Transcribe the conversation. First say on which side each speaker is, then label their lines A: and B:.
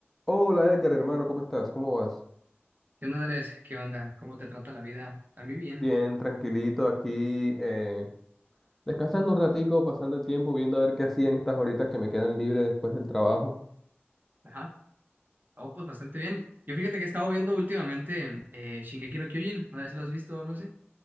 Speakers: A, in the centre; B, on the right.
A: Hola Edgar, hermano, ¿cómo estás? ¿Cómo vas?
B: ¿Qué onda, Andrés? ¿Qué onda? ¿Cómo te trata la vida? A mí bien.
A: Bien, tranquilito aquí, eh, descansando un ratico, pasando el tiempo, viendo a ver qué hacían estas horitas que me quedan libres después del trabajo.
B: Ajá. Oh, pues bastante bien. Yo fíjate que he estado viendo últimamente eh, Shingeki no Kyojin. No sé si lo has visto o algo así.